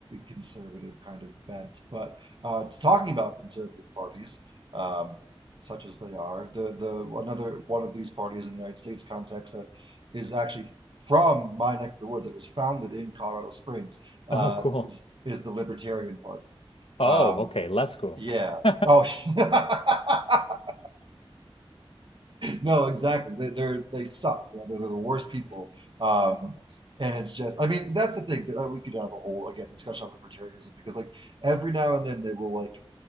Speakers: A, on the right; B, on the left.
A: conservative kind of bent. But uh, talking about conservative parties, um, such as they are, the the another one of these parties in the United States context that is actually from my neck of the woods that was founded in Colorado Springs uh,
B: Oh, cool.
A: is is the Libertarian Party.
B: Oh,
A: Um,
B: okay, less cool.
A: yeah.
B: <laughs>
A: Oh. <laughs> No, exactly. They, they're they suck, man. They're, they're the worst people. Um, and it's just, I mean, that's the thing that uh, we could have a whole again discussion on libertarianism because like every now and then they will like